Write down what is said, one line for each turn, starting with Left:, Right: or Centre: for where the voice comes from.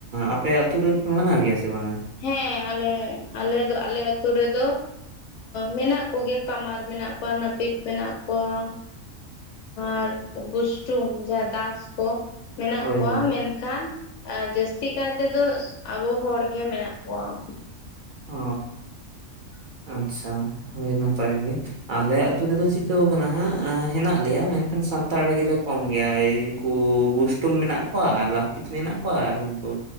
Right: ᱟᱯᱮ ᱟᱹᱛᱩ ᱨᱮ ᱯᱮ ᱢᱟᱱᱟᱣ ᱜᱮᱭᱟ ᱥᱮ ᱵᱟᱝᱼᱟ?
Left: ᱦᱮᱸ ᱟᱞᱮ ᱟᱞᱮ ᱫᱚ ᱟᱞᱮ ᱟᱹᱛᱩ ᱨᱮᱫᱚ ᱢᱮᱱᱟᱜ ᱠᱚᱜᱮᱭᱟ ᱠᱟᱢᱟᱨ ᱢᱮᱱᱟᱜ ᱠᱚᱣᱟ ᱱᱟᱹᱯᱤᱛ ᱢᱮᱱᱟᱜ ᱠᱚᱣᱟ ᱾ ᱟᱨ ᱵᱩᱥᱴᱩᱢ ᱡᱟᱦᱟᱸ ᱫᱟᱥ ᱠᱚ ᱢᱮᱱᱟᱜ
Right: ᱦᱳᱭ
Left: ᱠᱚᱣᱟ
Right: ᱦᱳᱭ
Left: ᱢᱮᱱ ᱠᱷᱟᱱ ᱡᱟᱹᱥᱛᱤ ᱠᱟᱭ ᱛᱮᱫᱚ ᱟᱵᱚ ᱦᱚᱲ ᱜᱮ ᱢᱮᱱᱟᱜ ᱠᱚᱣᱟ ᱾ <inaudible>
Right: ᱚ ᱟᱪᱪᱷᱟ, ᱦᱳᱭ ᱱᱟᱯᱟᱭ ᱜᱮ ᱾ ᱟᱞᱮ ᱟᱹᱛᱩ ᱨᱮᱫᱚ ᱪᱤᱠᱟᱹᱣ ᱠᱟᱱᱟ ᱦᱟᱸᱜ ᱦᱮᱱᱟᱜ ᱞᱮᱭᱟ, ᱢᱮᱱᱠᱷᱟᱱ ᱥᱟᱱᱛᱟᱲ ᱜᱮᱞᱮ ᱠᱚᱢ ᱜᱮᱭᱟ ᱮᱭ ᱩᱱᱠᱩ ᱵᱩᱥᱴᱩᱢ ᱢᱮᱱᱟᱜ ᱠᱚᱣᱟ ᱞᱟᱹᱯᱤᱛ ᱢᱮᱱᱟᱜ ᱠᱚᱣᱟ ᱟᱨ ᱩᱱᱠᱩ